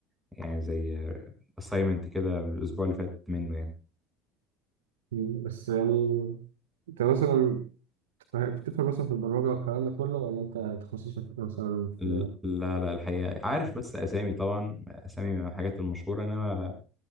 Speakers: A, in the centre; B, on the right (about 70°).
A: يعني زي assignment كده من الأسبوع اللي فات منه يعني
B: امم بس يعني انت مثلا بتفهم بتفهم مثلا في البرمجة والكلام ده كله ولا انت تخصصك مثلا
A: ل-
B: في
A: لا لا الحقيقة عارف بس أسامي طبعا أسامي من الحاجات المشهورة إنما